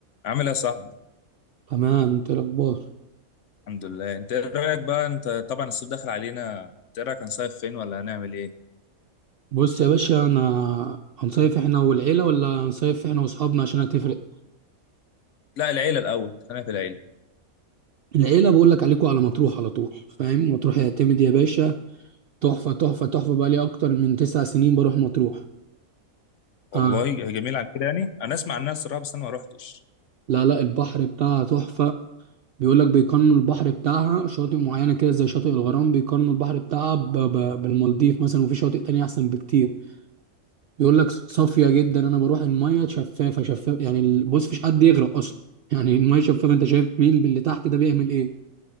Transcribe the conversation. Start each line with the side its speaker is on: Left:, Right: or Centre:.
Left: عامل ايه يا صاحبي
Right: تمام انت إيه الاخبار
Left: الحمد لله انت ايه رايك بقى انت طبعا الصيف داخل علينا انت ايه رايك هنصيف فين ولا هنعمل ايه
Right: بص يا باشا انا هنصيف احنا والعيله ولا هنصيف احنا واصحابنا عشان هتفرق
Left: لا العيله الاول خلينا في العيله
Right: العيله بقول لك عليكم على مطروح على طول فاهم مطروح يعتمد يا باشا تحفه تحفه تحفه بقى لي اكتر من تسع سنين بروح مطروح
Left: والله
Right: آه
Left: جميل عن كده يعني انا اسمع عنها الصراحه بس انا ما روحتش
Right: لا لا البحر بتاعها تحفه بيقول لك بيقارنوا البحر بتاعها شواطئ معينه كده زي شاطئ الغرام بيقارنوا البحر بتاعها ب- ب- بالمالديف مثلا وفي شواطئ تانية احسن بكتير بيقول لك صافيه جدا انا بروح الميه شفافه شفافه يعني ال- بص مفيش حد يغرق اصلا يعني الميه شفافه انت شايف مين اللي تحت ده بيعمل ايه